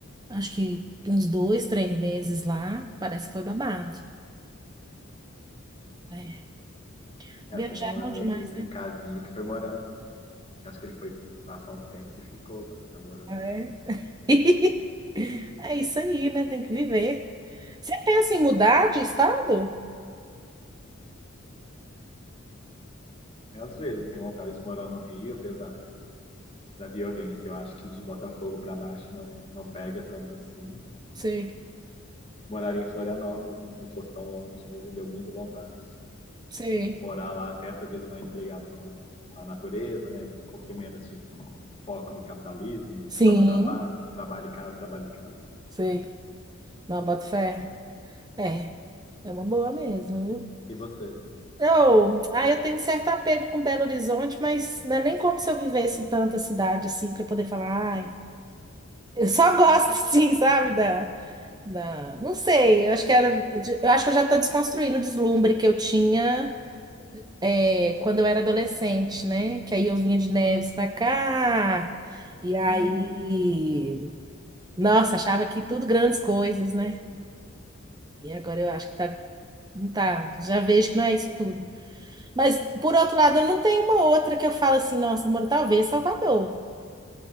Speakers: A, on the right; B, on the left.
A: acho que uns dois, três meses lá, parece que foi babado. É.
B: É,
A: Viajar
B: eu tenho um
A: é bom
B: amigo,
A: demais, né?
B: um casinho que foi morar, que acho que ele foi passar uns tempos e ficou lá, tá morando
A: É.
B: lá.
A: <laughs> É isso aí, né? Tem que viver. Você pensa em mudar de estado?
B: É, às vezes eu tenho vontade de morar no Rio, apesar da, da violência, eu acho que de Botafogo para baixo não, não pega tanto assim.
A: Sei,
B: Moraria em Florianópolis, se não fosse tão longe, mas me deu muita vontade
A: sei.
B: morar lá, ter essa vida mais entregada com, com a natureza, né? Um pouquinho menos de foco no capitalismo,
A: Sim,
B: só no trabalho, trabalho em casa, trabalho em casa.
A: sei. Não, boto fé. É, é uma boa mesmo, viu?
B: E você?
A: Eu, ah, eu tenho um certo apego com Belo Horizonte, mas não é nem como se eu vivesse em tanta cidade assim para poder falar, ai. Eu só gosto, <laughs> sim, sabe, da, da... Não sei, eu acho que era... Eu acho que eu já estou desconstruindo o deslumbre que eu tinha é, quando eu era adolescente, né? Que aí eu vinha de Neves para cá, e aí...
B: Hum,
A: Nossa, achava que tudo grandes coisas, né? E agora eu acho que tá... Não tá, já vejo que não é isso tudo. Mas, por outro lado, eu não tenho uma outra que eu falo assim, nossa, amor, talvez Salvador. Não